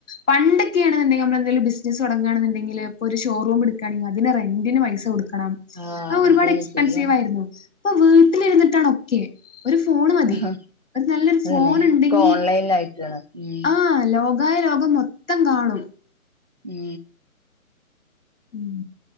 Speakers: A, on the left; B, on the right.
A: പണ്ടൊക്കെയാണ്ണ്ടെങ്കിൽമ്മൾ ബിസിനസ് തുടങ്ങുകണെന്നുണ്ടങ്കിൽപ്പോ ഒരു ഷോറൂമ് എടുക്കുയാണെൽ അതിന് റെന്റിന് പൈസകൊടുക്കാം
B: ആ
A: അ ഒരുപാട്
B: അതന്നെ
A: എക്സ്പെൻസീവ
B: ശരിയാണ്
A: ആയിരുന്നു അപ്പൊ വീട്ടിലിരുന്നിട്ടാണ് ഒക്കെ ഒരു ഫോൺ മതി
B: ആ
A: ഒരു നല്ലൊരു
B: അതന്നെ
A: ഫോൺ ഉണ്ടെങ്കിൽ
B: ഒക്കെ ഓൺലൈനിലായിട്ടാണ് ഉം
A: ആ ലോകായ ലോഗം മൊത്തം കാണും
B: ഉം
A: ഉം.